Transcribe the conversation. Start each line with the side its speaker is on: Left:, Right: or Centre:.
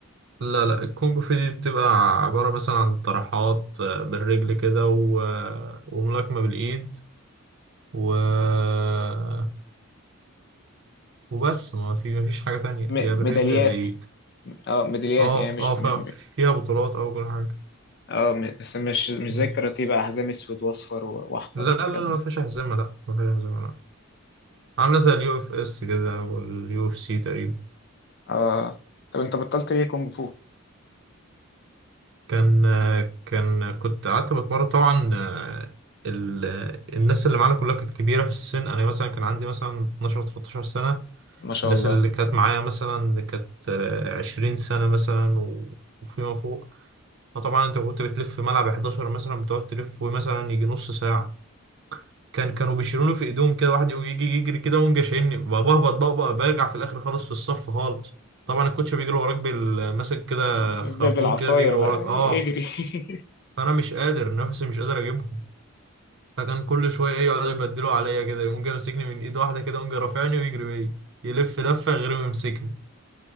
Right: لا لا الكونج فو دي بتبقى عبارة مثلا عن طرحات آه، بالرجل كده و... آه، وملاكمة بالإيد و آه، وبس ما في مفيش حاجة تانية
Left: م-
Right: يا بالرجل
Left: ميداليات
Right: يا بالإيد
Left: اه ميداليات
Right: اه
Left: يعني
Right: ف-
Left: مش
Right: اه ف-
Left: م- م-
Right: فيها بطولات او كل حاجه
Left: اه م- بس مش مش
Right: مم.
Left: زي الكاراتيه بقى حزام اسود واصفر و- واحمر
Right: لا
Left: والكلام
Right: لا لا
Left: ده
Right: ما فيش هزيمه لا ما فيش هزيمه لا عامله زي اليو اف اس كده واليو اف سي تقريبا
Left: اه طب انت بطلت ليه كونغ فو
Right: كان كان كنت قعدت بتمرن طبعا آه، ال... الناس اللي معانا كلها كانت كبيره في السن انا مثلا كان عندي مثلا 12 13 سنه
Left: ما شاء
Right: الناس
Left: الله
Right: اللي كانت معايا مثلا كانت آه، 20 سنه مثلا و... وفيما فوق فطبعا انت كنت بتلف في ملعب 11 مثلا بتقعد تلف مثلا يجي نص ساعه كان كانوا بيشيلوني في ايديهم كده واحد يقوم يجي يجري كده ويقوم جاي شايلني بقى بهبط بقى, بقى برجع في الاخر خالص في الصف خالص طبعا الكوتش بيجري وراك بال- ماسك كده
Left: ب-
Right: خرطوم
Left: بالعصايه
Right: كده بيجري
Left: بقى
Right: وراك اه
Left: اجري <laughs>
Right: فانا مش قادر نفسي مش قادر اجيبهم فكان كل شويه ايه يقعدوا يبدلوا عليا كده يقوم جاي ماسكني من ايد واحده كده يقوم جاي رافعني ويجري بيا يلف لفه غير ما يمسكني